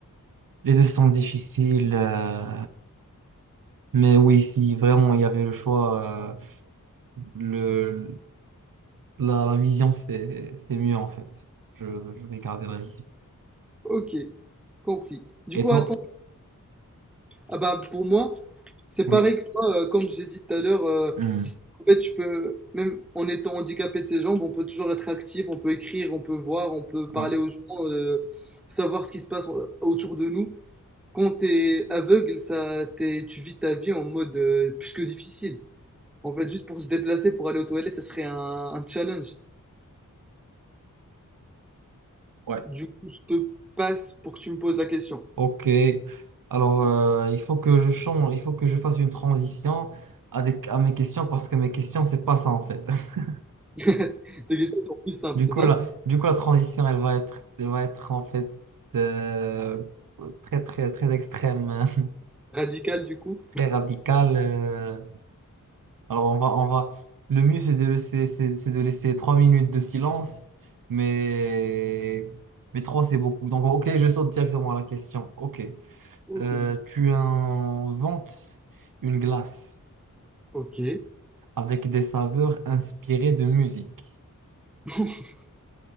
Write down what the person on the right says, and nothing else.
Les deux sont difficiles. euh, Mais oui, si vraiment il y avait le choix, euh, le, la, la vision c'est, c'est mieux en fait. Je, je vais garder la vision.
Et
toi?
Oui.
Hmm.
Ouais.
Ouais.
Ok. Alors, euh, il faut que je change, il faut que je fasse une transition à, des- à mes questions parce que mes questions, c'est pas ça en fait. <laughs>
Du
coup,
la, du coup, la transition, elle va être, elle va être en fait euh, très, très, très extrême,
<laughs> très radicale. euh. Alors, on va, on va. Le mieux, c'est de laisser, c'est, c'est de laisser trois minutes de silence, mais, mais trois, c'est beaucoup. Donc, ok, je saute directement à la question. Ok.
Euh,
tu inventes une glace
avec des saveurs inspirées de musique.